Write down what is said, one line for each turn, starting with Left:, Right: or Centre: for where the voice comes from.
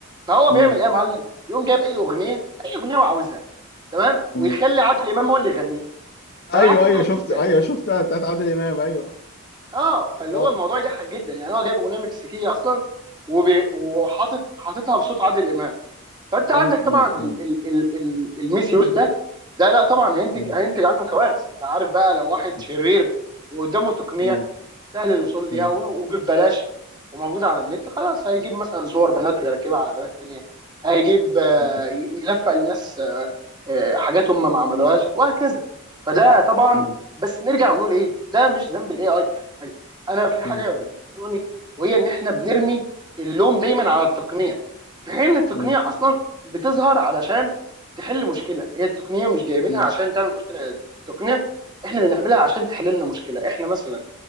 Right: فهو
Left: مم،
Right: بيعمل ايه يا معلم بيقوم جايب اي اغنيه اي اغنيه هو عاوزها تمام
Left: مم.
Right: ويخلي عادل امام هو اللي يغنيها فانا
Left: ايوه
Right: قعدت اضحك
Left: ايوه شفت
Right: جدا
Left: ايوه شفتها بتاعت عادل امام ايوه
Right: اه فاللي
Left: اه
Right: هو الموضوع يضحك جدا يعني هو جايب اغنيه مكسيكيه اصلا وبي... وحاطط حاططها بصوت عادل امام فانت عندك
Left: مم،
Right: طبعا ال-
Left: مم،
Right: ال- ال- ال- الميس يوز ده ده لا طبعا هينتج
Left: مم،
Right: هينتج عنه كوارث انت عارف بقى لو واحد
Left: مم.
Right: شرير وقدامه تقنيه
Left: مم.
Right: سهل الوصول ليها
Left: مم.
Right: وب- وببلاش وموجوده على النت خلاص هيجيب مثلا صور بنات ويركبها على بنات تانيه هيجيب آه،
Left: مم.
Right: ي- يلفق للناس آه، آه، حاجات هم ما عملوهاش وهكذا فده طبعا
Left: مم.
Right: بس نرجع ونقول ايه ده مش ذنب الاي اي انا في حاجه
Left: مم.
Right: بتضايقني وهي ان احنا بنرمي اللوم دايما على التقنيه في حين ان التقنيه
Left: مم.
Right: اصلا بتظهر علشان تحل مشكله هي التقنيه مش جايبينها
Left: مم.
Right: عشان تعمل مشكله هي التقنيه احنا بنعملها عشان تحل لنا مشكله احنا مثلا